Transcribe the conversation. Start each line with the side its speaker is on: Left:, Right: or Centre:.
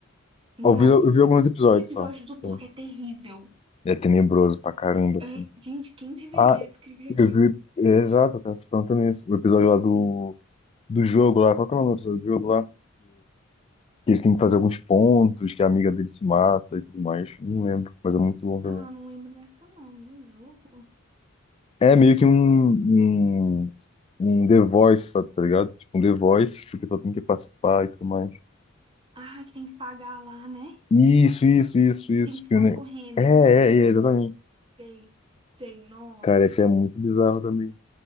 Right: Nossa,
Left: Eu vi, eu vi alguns episódios
Right: o episódio
Left: só.
Right: do
Left: Então,
Right: porco é terrível.
Left: é tenebroso pra caramba, assim.
Right: É, gente, quem teve
Left: Ah,
Right: a ideia de escrever aquilo?
Left: eu vi. é, exato, eu tava se perguntando isso. O episódio lá do, do jogo lá. Qual que é o nome do episódio do jogo lá? que ele tem que fazer alguns pontos, que a amiga dele se mata e tudo mais. Não lembro, mas é muito bom também.
Right: Ah, não lembro dessa não, do jogo.
Left: É meio que um, um, um The Voice, sabe, tá ligado? Tipo, um The Voice, porque só tem que participar e tudo mais.
Right: Ah, que tem que pagar lá, né?
Left: Isso, isso, isso, isso.
Right: Que tem que ficar
Left: que o É,
Right: correndo.
Left: é, é, exatamente.
Right: Sei, sei, nossa.
Left: Cara, esse é muito bizarro também.